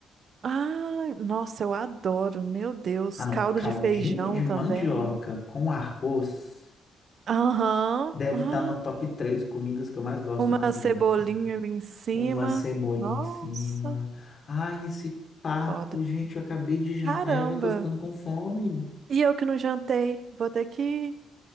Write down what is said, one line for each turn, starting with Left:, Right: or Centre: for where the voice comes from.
Right: Ah, nossa, eu adoro. Meu Deus,
Left: Ah, não.
Right: caldo
Left: Caldinho
Right: de feijão
Left: de mandioca
Right: também.
Left: com arroz
Right: Aham.
Left: deve
Right: Ah,
Left: estar no top três comidas que eu mais gosto
Right: uma
Left: na vida,
Right: cebolinha
Left: assim.
Right: ali em cima.
Left: Uma cebolinha
Right: Nossa,
Left: em cima. Ai, esse papo,
Right: foda.
Left: gente, eu acabei de jantar
Right: Caramba.
Left: e eu já tô ficando com fome.
Right: E eu que não jantei, vou ter que